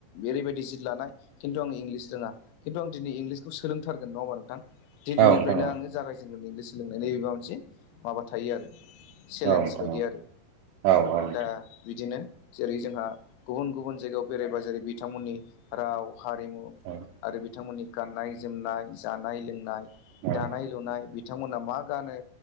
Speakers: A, on the left; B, on the right.
A: ओरैबायदि जित लानाय खिन्थु आं इंलिस रोङा खिन्थु आं दिनैं इंलिसखौ सोलोंथारगोन नङाोमा नोंथां दिनैनिफ्रायनो
B: औ नोंथां औ नोंथां
A: आो जागायजेनगोन इंलिसखौ सोलोंनायनि एबा। मोनसे माबा थायो आरो चेलेन्ज
B: औ नोंथां
A: बायदि आरो
B: औ औ नोंथां
A: दा बिदिनो। जेरै जोंहा गुबुन गुबुन जायगायाव बेरायबा जेरै बिथांमोननि राव हारिमु
B: औ
A: आरो बिथांमोननि गाननाय जोमनाय जानाय-लोंनाय
B: औ
A: दानाय लुनाय बिथांमोना मा गानो